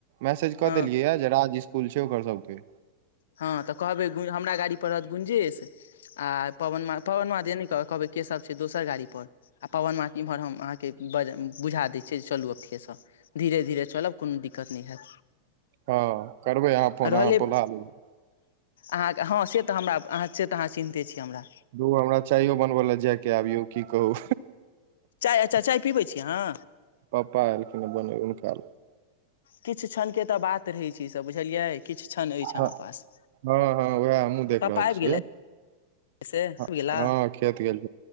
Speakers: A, on the right; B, on the left.
A: मैसेज कऽ
B: हँ
A: देलियै या जे राज इसकुल छै ओकर सबके
B: हँ तऽ कहबै गु हमरा गाड़ी पर रहत गुंजेश आ पवनमा पवनमा जे नहि कह कहबै के सब छै दोसर गाड़ी पर आ पवनम। इम्हर हम अहाँके ब बुझा दैत छियै जे चलू अथे से धीरे धीरे चलब कोनो दिक्कत नहि हैत
A: हँ करबै अहाँ फोन
B: आ रहलै
A: अहाँ बोला लेब
B: अहाँके हँ से तऽ हमरा अ से तऽ अहाँ चिन्ते छी हमरा
A: घू हमरा चााययो बनबय लए जायके आबियौ की कहू
B: चाय अच्छा चाय पीबै छी अहाँ
A: पपापा एयलखिन बन हुनका
B: किछु क्षणके तऽ बात रहै छै से बुझलियै किछु क्षण अछि
A: हँ
B: अहाँ पास
A: हँ हँ उएह हमहुँ देख
B: पापा
A: रहल
B: आबि
A: छियै
B: गेलथि से आबि
A: हँ
B: गेला
A: खेत गेल